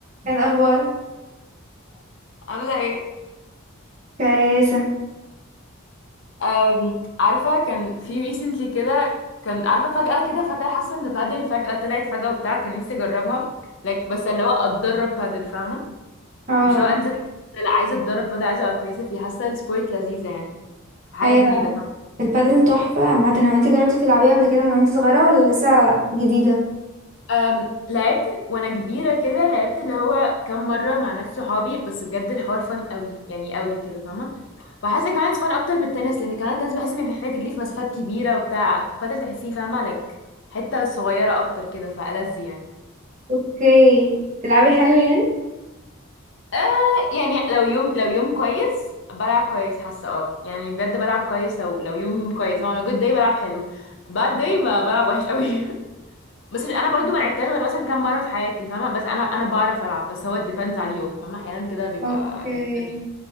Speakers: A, on the right (about 35°); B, on the left (about 60°).
A: ايه الاخبار
B: عاملة ايه
A: كويسة
B: أم، عارفة كان في ريسنتلي كده كان عارفة فجأة كده فجأة حاسة ان بادل فجأة طلعت فجأة وبتاع كان نفسي اجربها like بس اللي هو اتدرب بادل فاهمة
A: اه
B: مش هو انزل حتة، لا عايزة اتدرب بادل عايزة ابقى كويسة فيه حاسة السبورت لذيذة يعني حاجة
A: ايوه
B: جديدة فاهمة
A: البادل تحفة عامة هو انت جربتي تلعبيها قبل كده من وانت صغيرة ولا لسه جديدة؟
B: أم، لعبت وانا كبيرة كده لعبت اللي هو كام مرة مع ناس صحابي بس بجد الحوار فن قوي يعني قوي كده فاهمة وحاسه كمان فن اكتر من التنس لان كمان التنس بحس انك محتاجه تجري في مسافات كبيره وبتاع بدل تحسيه فاهمه لك حته صغيره اكتر كده فألذ يعني
A: اوكي تلعبي حلو يعني
B: آه يعني لو يوم لو يوم كويس بلعب كويس حاسه اه يعني بجد بلعب كويس لو لو يوم كويس هو انا جود داي بلعب حلو باد داي بلعب وحش قوي <laughs> بس انا برضو ما لعبتهاش غير مثلا كام مره في حياتي فاهمه بس انا انا بعرف العب بس هو ديبندز على اليوم فاهمه احيانا كده بيبقى
A: اوكي
B: لذيذ